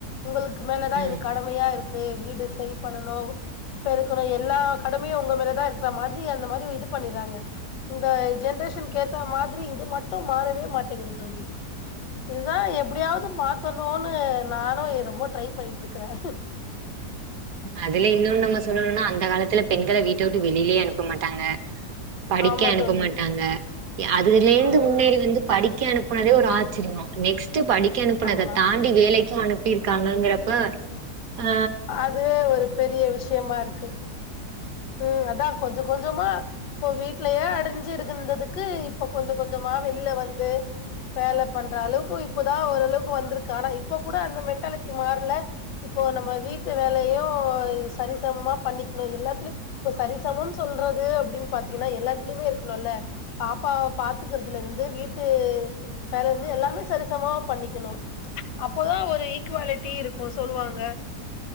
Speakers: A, on the left; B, on the right.
A: உங்களுக்கு மேல தான்
B: ம்
A: இது -ம்மையா இருக்கு வீடு சேரி பண்ணணு பெருக்கணு எல்லா கடமையு உங்க மேலதா இருக்கிற மாதிரி அந்த மாதிரி இது பண்ணிறாங்க இந்த ஜென்ரேஷன்கு ஏத்த மாதிரி இது மட்டு மாறவே மாட்டேங்குது தோழி இதுதா எப்டியாவது மாத்தோன் னோனு நானு இ-‌ ரொம்ப ட்ரை பண்ணிட்டுருக்க க்குற
B: அதுல இன்னொன் நம்ம சொல்லணுனா அந்த காலத்துல பெண்கள வீட்ட வுட்டு வெளிலயே அனுப்ப மாட்டாங்க படிக்க
A: ஆமா
B: அனுப்ப
A: தோழி
B: மாட்டாங்க அதுகல இருந்து
A: ம்
B: முன்னேறி வந்து படி கே அனுப்புனதே ஒரு ஆச்சர்யோ நெக்ஸ் படிக்க அனுப்புனத
A: ஆமா
B: தாண்டி வேலைக்கு அனு இருக்காங்கங்கிறப்ப அ
A: அதுவே ஒரு பெரிய விஷயமா இருக்கு ம் அதா கொஞ்சோ கொஞ்சமா இப்போ வீட்லயே அடைஞ்சு இருந்ததுக்கு இப்போ கொஞ்சோ கொஞ்சமா வெள்ல வந்து வேல பண்ற அளவுக்கு இப்போதா ஓரளவுக்கு வந்துருக்கு ஆனா இப்போ கூட அந்த மென்டாலிட்டி மாறல இப்போ நம்ம வீட்டு வேலையு சரிசமமா பண்ணிகணு எல்லாத்துலயு இப்ப சரிசமம் சொல்றது அப்டின் பாத்தீங்கனா எல்லாத்துலயுமே இருக்கணுல்ல பாப்பாவ பாத்துக்கிறதுல இருந்து வீட்டு வேல இருந்து எல்லாமே சரிசமமா பண்ணிக்கணு அப்போதா ஒரு ஈக்வாலிட்டி இருக்கு சொல்லுவாங்க